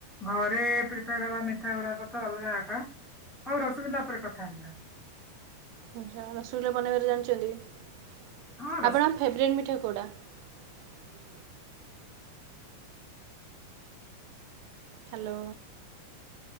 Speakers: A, in the centre; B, on the right.
A: ଘରେ ପ୍ରିପେୟାର ହେବା ମିଠା ଗୁଡାକ ତ ଅଲଗା ଏକା ଆଉ ରସଗୋଲ୍ଲା ଉପରେ କଥା ହେଇଯିବା।
B: ଆଛା ରସଗୋଲା ବନେଇବା ଜାଣିଛନ୍ତି। ଜାଣିଛନ୍ତି
A: ହଁ ରସ
B: ଆପଣଙ୍କ ଫେଭରାର୍ଇଟ ମିଠା କଣ। କୋଉଟା। Hello